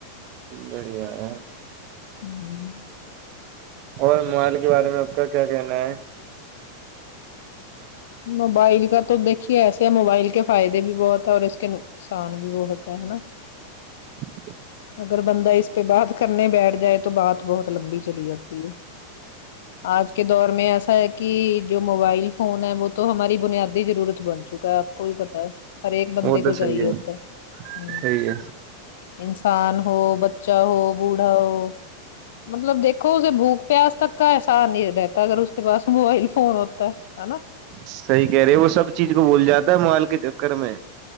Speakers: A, on the right; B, on the left.
A: بڑیا ہے
B: ہ
A: اور موبائل کے بارے میں آپ کا کیا کہنا ہے
B: موبائل کا تو دیکھیے ایسے ہیں موبائل کے فائدے بھی بہت ہے اور اس کے نقصان بھی بہت ہے ہے نا
A: <inaudible>
B: اگر بندہ اس پہ بات کرنے بیٹھ جائے تو بات بہت لمبی چلی جاتی ہے آج کے دور میں ایسا ہے کہ جو موبائل فون ہے وہ تو ہماری بنیادی ضرورت بن چکا ہے آپ کو بھی پتا ہے ہر ایک بندے
A: وہ تو
B: کو
A: صحیح
B: چیے
A: ہے
B: ہوتا ہے ہ
A: صحیح ہے
B: انسان ہو بچہ ہو بوڑھا ہو مطلب دیکھو اسے بھوک پیاس تک کا احسان نہیں رہتا اگر اس کے پاس موبائل فون ہوتا ہے ہے نا <unintelligible>
A: صحیح کہہ رہے وہ سب چیز کو بول جاتا ہے موبائیل کے چکر میں